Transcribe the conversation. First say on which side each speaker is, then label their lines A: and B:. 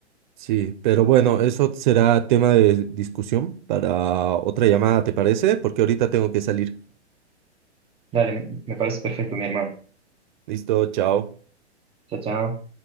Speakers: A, on the right; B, on the right.
A: Sí, pero bueno, eso será tema de discusión para otra llamada, ¿te parece? Porque ahorita tengo que salir.
B: Dale, me me parece perfecto, mi hermano.
A: Listo, chao.
B: Chao, chao.